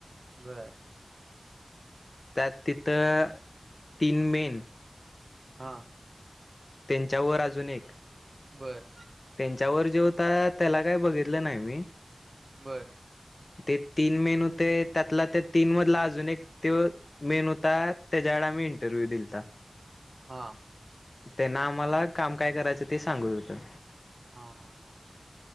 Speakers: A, on the right (about 70°); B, on the left (about 60°).
A: बरं
B: त्यात तिथं तीन मेन-
A: हा
B: त्यांच्यावर अजून एक-
A: बरं
B: त्यांच्यावर जे होता त्याला काय बघितलं नायी मी.
A: बर
B: ते तीन मेन होते त्यातला त्या तीन मधला अजून एक ते. मेन होतात त्याच्या्या वडाम्ही इंटरव्ह्यू दिलतात.
A: हां.
B: त्यांना आम्हाला काम काय करायचं ते सांगत होतं.
A: हां हां हां